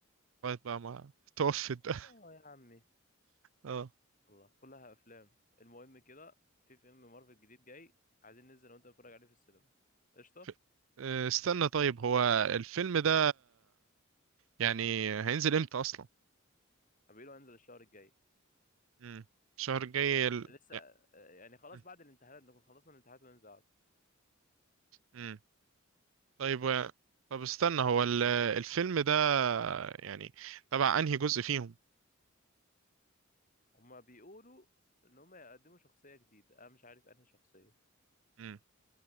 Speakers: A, on the right; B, on the left.
A: لغاية بقى ما توفت بقى <laughs>
B: اه يا عمي
A: اه
B: والله كلها افلام المهم كده في فيلم مارفل جديد جاي عايزين ننزل وانت نتفرج عليه في السينما قشطه
A: ف- آه، استنى طيب هو الفيلم ده يعني هينزل امتى أصلا
B: حبيبي لو هنزل الشهر الجاي
A: امم الشهر الجاي
B: هيعم-
A: ال...
B: لسه
A: يا-
B: آه، يعني خلاص
A: مم.
B: بعد الامتحانات نكون خلصنا الامتحانات وننزل على طول
A: مم. طيب
B: قشطه
A: و- طب استنى هو ال... الفيلم ده يعني تبع انهي جزء فيهم
B: هما بيقولوا ان هما يقدموا شخصيه جديده انا مش عارف انهي شخصيه
A: امم